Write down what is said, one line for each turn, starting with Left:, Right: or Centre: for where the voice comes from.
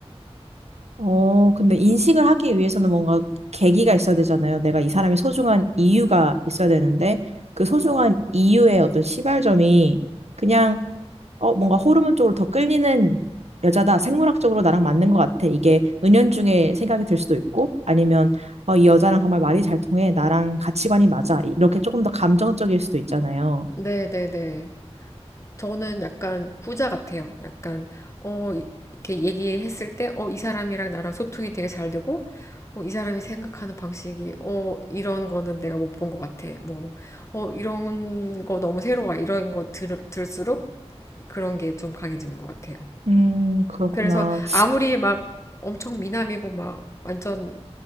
Right: 어, 근데 인식을 하기 위해서는 뭔가 계기가 있어야 되잖아요. 내가 이 사람이 소중한 이유가 있어야 되는데, 그 소중한 이유의 어떤 시발점이 그냥, 어, 뭔가 호르몬 쪽으로 더 끌리는 여자다. 생물학적으로 나랑 맞는 것 같아. 이게 은연중에 생각이 들 수도 있고, 아니면, 어, 이 여자랑 정말 말이 잘 통해. 나랑 가치관이 맞아. 이렇게 조금 더 감정적일 수도 있잖아요.
Left: 네네네. 저는 약간 후자 같아요. 약간 어 이- 렇게 얘기했을 때 어 이 사람이랑 나랑 소통이 되게 잘 되고 어 이 사람이 생각하는 방식이 어 이런 거는 내가 못 본 것 같아. 뭐 어 이런 거 너무 새로워. 이런 거 들, 들을수록 그런 게 좀 강해지는 것 같아요.
Right: 음, 그렇구나.
Left: 그래서 아무리 막 엄청 미남이고 막 완전